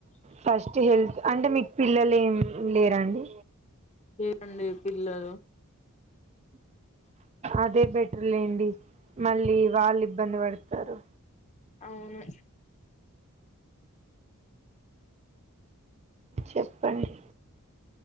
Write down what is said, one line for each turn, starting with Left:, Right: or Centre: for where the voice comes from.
Right: ఫస్ట్ హెల్త్ అంటే మీకు పిల్లలు ఏం లేరా అండి
Left: లెర్ పిల్లలు
Right: అదే బెటర్లేండి మళ్ళీ వాళ్ళు ఇబ్బంది వడతరు
Left: అవును
Right: చెప్పండి